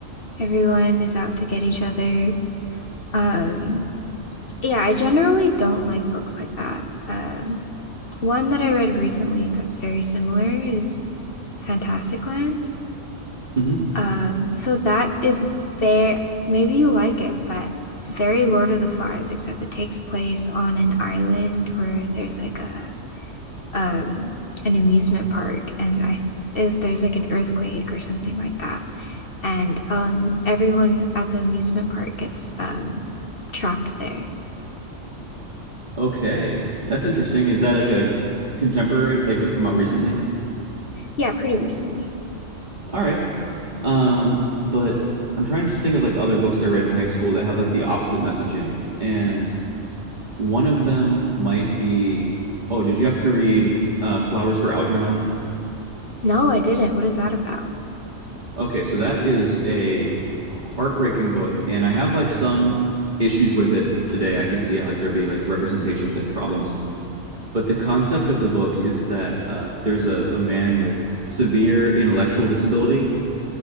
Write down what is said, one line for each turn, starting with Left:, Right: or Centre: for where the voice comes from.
Left: everyone is out to get each other. Um, yeah, I generally don't like books like that. Um, one
Right: Mhm.
Left: that I read recently that's very similar is Fantastic Land.
Right: hmm
Left: Um, so that is very, maybe you like it, but it's very Lord of the Flies, except it takes place on an island where there's like a um an amusement park and I is there's like an earthquake or something like that. And um everyone at the amusement park gets um trapped there.
Right: Okay. That's interesting. Is that like a contemporary? Like, did it come out recently?
Left: Yeah, pretty recently.
Right: All right. Um, but I'm trying to just think of like other books I read in high school that have like the opposite messaging. And one of them might be, oh, did you have to read uh, Flowers for Algernon?
Left: No, I didn't. What is that about?
Right: Okay, so that is a heartbreaking book, and I have like some issues with it today. I can see how like there be like representation th problems. But the concept of the book is that uh, there's a, a man with severe intellectual disability,